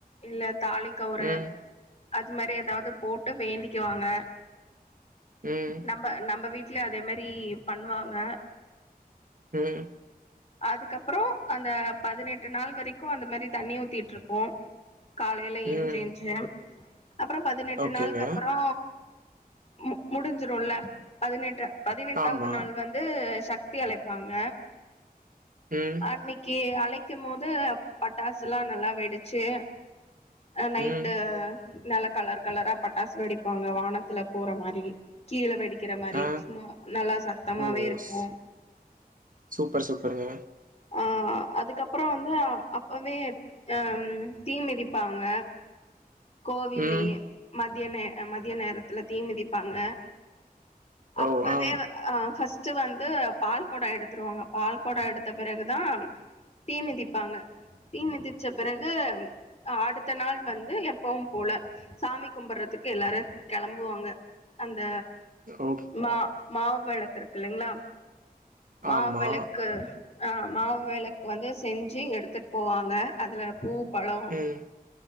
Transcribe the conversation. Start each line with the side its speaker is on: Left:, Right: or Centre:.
Left: இல்ல தாலிக் கவுரு
Right: ம்.
Left: அது மாரி எதாவ்து போட்டு வேண்டிக்குவாங்க
Right: ம்
Left: நம்ப நம்ப வீட்லயு அதே மாரி பண்ணுவாங்க
Right: ம்
Left: அதுக்கப்றோ அந்த பதினெட்டு நாள் வரைக்கு அந்த மாரி தண்ணி ஊத்திட்ருப்போ காலைல எந்ச்சு
Right: ம்.
Left: எந்ச்சு அப்றோ பதினெட்டு
Right: ஓகேங்க.
Left: நாள்க்கப்பறோ மு முடிஞ்சிருல்ல பதினெட்டு பதினெட்டாவ்து
Right: ஆமா.
Left: நாள் வந்து சக்தி அழைப்பாங்க
Right: ம்
Left: அன்னைக்கி அழைக்குமோது பட்டாசுல்லா நல்லா வெடிச்சு அ நைட்டு
Right: ம்.
Left: நல்ல கலர் கலரா பட்டாஸ் வெடிப்பாங்க வானத்துல போற மாரி கீழே வெடிக்கிற மாரி
Right: ஆ.
Left: சும்ம நல்லா சத்தமாவே
Right: ஓ!
Left: இருக்கூ
Right: ஸ் சூப்பர் சூப்பருங்க
Left: அ அதுக்கப்பறொ வந்து அப்பவே அம் தீ மிதிப்பாங்க கோவில்லயே
Right: ம்.
Left: மதிய நே மதிய நேரத்துல தீ மிதிப்பாங்க அப்பவே
Right: ஓ! ஆ.
Left: வ அ ஃபர்ஸ்ட்டு வந்து பால் கொடொ எடுத்துருவாங்க பால் கொடொ எடுத்த பிறகுதா தீ மிதிப்பாங்க தீ மிதிச்ச பிறகு அடுத்த நாள் வந்து எப் ப்பவும்போல சாமி கும்பட்றதுக்கு எல்லாரு கெளம்புவாங்க அந்த
Right: ஓக்
Left: மா மாவெளக்குருக்இல்லிங்ளா மாவெளக்கு
Right: ஆமா.
Left: ஆ மாவாவெளக் வந்து செஞ்சு எடுத்துட் போவாங்க அதுல பூ பழம்
Right: ம்.